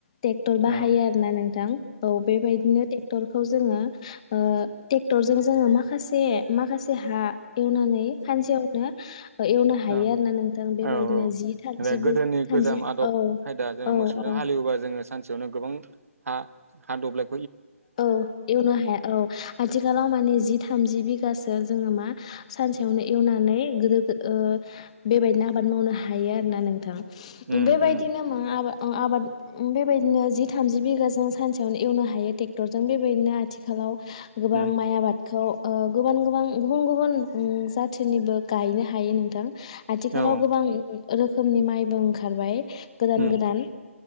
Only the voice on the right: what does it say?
औ
औ
औ औ
बे गोदोनि
गोजाम आदब
खायदा जोंङो
मोसौजों
हालेवबा जोङो सानसेयावनो गोबां। हा हा दब्लाय।
उम
उम
उम
उम
औ
उम